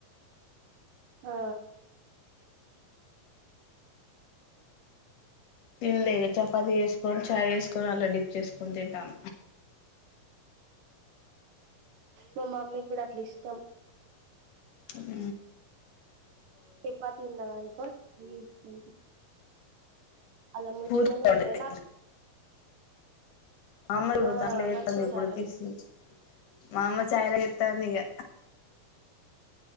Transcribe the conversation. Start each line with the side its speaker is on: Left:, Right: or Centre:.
Right: ఆ
Left: తిన్లేదే చపాతి వేసుకొని చాయ్ వేసుకొని అలా డిప్ చేసుకొని తింటన
Right: మామమ్మీకి కూడా అట్ల ఇష్టం
Left: ఊ
Right: చెపాతి తిన్నది అనుకో ఊ ఊహు అళ్లా ముంచుకొని
Left: పూరి వండేది
Right: ఉంటది
Left: మా అమ్మ చూడు
Right: ఆ
Left: అట్ల చేత్తంది
Right: మంచి ఉంటదట
Left: ఇప్పుడు తీసి మా అమ్మ చాయ్లా చేత్తంది ఇగ